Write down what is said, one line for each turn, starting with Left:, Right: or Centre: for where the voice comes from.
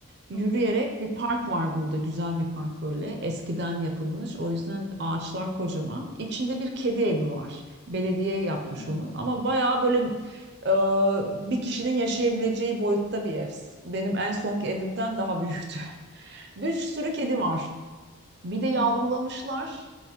Right: Yürüyerek
Left: Hı hı.
Right: bir park var burada. Güzel bir park böyle. Eskiden yapılmış. O yüzden ağaçlar kocaman. İçinde bir kedi evi var. Belediye yapmış
Left: Hı
Right: onu. Ama bayağı böyle e, bir kişinin yaşayabileceği boyutta bir ev. Benim en sonki evimden daha büyüktü. <laughs> Bir sürü kedi var. Bir de
Left: hı.
Right: yavrulamışlar.